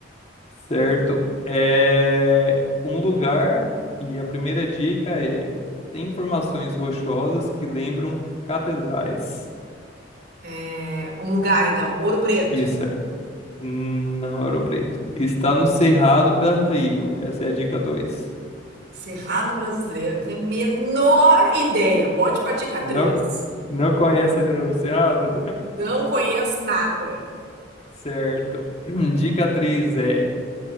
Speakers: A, on the left (about 35°); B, on the right (about 60°).
A: certo? É um lugar e a primeira dica é: tem formações rochosas que lembram catedrais.
B: é, um lugar então, Ouro Preto,
A: Isso, é. não é Ouro Preto. Está no Cerrado Brasileiro. Essa é a dica 2.
B: Cerrado Brasileiro, tenho a menor ideia. Pode ir para dica
A: Não,
B: 3.
A: não conhece o Cerrado?
B: Não conheço nada.
A: Certo. <clears throat> Dica 3 é: